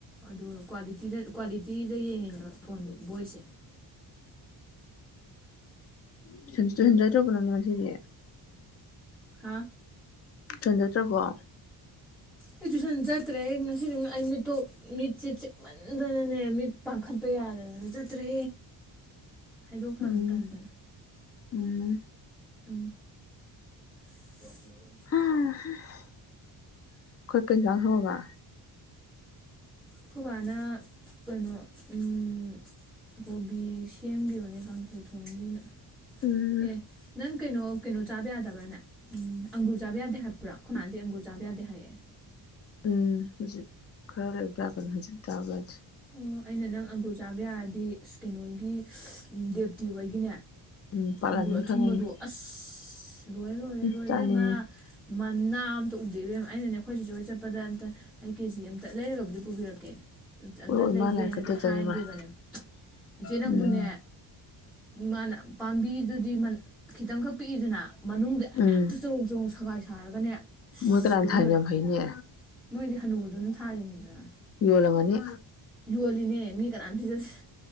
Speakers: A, in the centre; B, on the left (about 35°).
A: ꯑꯗꯨ ꯀ꯭ꯋꯥꯂꯤꯇꯤꯗ ꯀ꯭ꯋꯥꯂꯤꯇꯤꯗ ꯌꯦꯡꯉꯤꯅꯦꯕ
B: ꯈꯪꯕꯨ ꯈꯪꯗꯦ
A: ꯐꯣꯟ
B: ꯑꯩꯗꯤ
A: ꯕꯣꯏꯁꯁꯦ
B: <unintelligible>
A: ꯍꯥꯥ
B: ꯆꯟꯅꯗ꯭ꯔꯕꯣ
A: ꯑꯩ ꯇꯨꯏꯁꯟ ꯆꯠꯇ꯭ꯔꯦ ꯑꯩ ꯉꯁꯤꯗꯤ ꯑꯩ ꯃꯤꯠꯇꯣ ꯃꯤꯠꯁꯦ ꯆꯤꯛꯃꯟꯗꯅꯅꯦ ꯃꯤꯠ ꯄꯥꯡꯈꯠꯄ ꯌꯥꯗꯗꯅ ꯆꯠꯇ꯭ꯔꯦ ꯍꯥꯏꯗꯣꯛꯈ꯭ꯔꯃꯤ
B: ꯎꯝ
A: ꯇꯟꯗꯅ
B: ꯎꯝ
A: ꯎꯝ <unintelligible>
B: <unintelligible> ꯑꯩꯈꯣꯏ ꯀꯩꯏꯟꯖꯥꯡ ꯊꯣꯉꯕ
A: ꯑꯩꯈꯣꯏ ꯕꯥꯅ ꯀꯩꯅꯣ ꯎꯝ ꯀꯣꯕꯤ ꯁꯦꯝꯈꯤꯕꯅꯦ ꯀꯥꯡꯁꯣꯏ ꯊꯣꯡꯅꯤꯅ
B: ꯎꯝ
A: ꯑꯦ ꯅꯪ ꯀꯩꯅꯣ ꯀꯩꯅꯣ ꯆꯥꯕ ꯌꯥꯗꯕ꯭ꯔꯥꯅꯦ ꯎꯝ ꯑꯪꯒꯨꯔ ꯆꯥꯕ ꯌꯥꯗꯦ ꯍꯥꯏꯕ꯭ꯔꯥ ꯈꯨꯣꯏꯃꯥꯅꯗꯤ ꯑꯪꯒꯨꯔ ꯆꯥꯕ ꯌꯥꯗꯦ ꯍꯥꯏꯌꯦ
B: ꯎꯝ ꯍꯧꯖꯤꯛ ꯈꯔ ꯂꯩꯕ <unintelligible> ꯍꯧꯖꯤꯛ ꯆꯥꯕ ꯌꯦꯗꯦ
A: ꯑꯣ ꯑꯩꯅ ꯅꯪ ꯑꯪꯒꯨꯔ ꯆꯥꯕ ꯌꯥꯔꯗꯤ ꯑꯁ ꯀꯩꯅꯣꯍꯣꯏꯒꯤ ꯗꯦꯞꯇꯤ ꯍꯣꯏꯒꯤꯅꯦ
B: ꯎꯝ ꯄꯥꯜꯂꯝꯅꯤ
A: ꯑꯪꯒꯨꯔ ꯑꯊꯨꯝꯕꯗꯣ
B: ꯈꯪꯉꯦꯅꯦ
A: ꯑꯁ ꯂꯣꯏꯔꯦ ꯂꯣꯏꯔꯦ
B: ꯎꯝ
A: ꯂꯣꯏ
B: ꯆꯥꯅꯤꯡꯉꯦ
A: ꯏꯕꯦꯝꯃ ꯃꯅꯥ ꯑꯝꯇ ꯎꯗꯦ ꯏꯕꯦꯃ ꯑꯩꯅꯅꯦ ꯑꯩꯈꯣꯏ ꯆꯤꯆꯦ ꯍꯣꯏ ꯆꯠꯄꯗ ꯑꯝꯇ ꯑꯩ ꯀꯦꯖꯤ ꯑꯝꯇ ꯂꯩꯔꯒꯕꯨꯗꯤ ꯄꯨꯕꯤꯔꯛꯀꯦ ꯑꯝꯇ
B: ꯎꯔꯣꯏ
A: ꯂꯩꯒꯦꯅꯗꯤ
B: ꯃꯥ ꯂꯥꯏꯔꯤꯛ ꯀꯠꯇ
A: ꯍꯥꯏꯈꯤꯕꯅꯦ
B: ꯆꯥꯅꯤꯡꯉꯣꯏ
A: ꯏꯆꯦ ꯅꯪꯕꯨꯅꯦ
B: ꯎꯝ
A: ꯃꯥꯅ ꯄꯥꯝꯕꯤꯗꯨꯗꯤ ꯈꯤꯇꯪꯈꯛ ꯄꯤꯛꯏꯗꯅ ꯃꯅꯨꯡꯗ
B: ꯎꯝ
A: ꯍꯦꯛꯇ ꯆꯔꯣꯡ ꯆꯔꯣꯡ ꯁꯒꯥꯏ ꯁꯥꯔꯒꯅꯦ ꯑꯁ
B: ꯃꯣꯏ ꯀꯅꯥꯅ
A: ꯂꯣꯏ
B: ꯊꯥꯏꯅꯣ
A: ꯂꯣꯏꯔꯦ
B: ꯌꯥꯝ ꯍꯩꯅꯦ
A: ꯃꯣꯏꯗꯤ ꯍꯅꯨꯕꯗꯨꯅ ꯊꯥꯔꯤꯅꯤꯗꯅ
B: ꯌꯣꯂꯝꯒꯅꯤ
A: ꯌꯣꯜꯂꯤꯅꯦ ꯃꯤ ꯀꯅꯥꯝꯇ ꯄꯤꯖꯗꯦ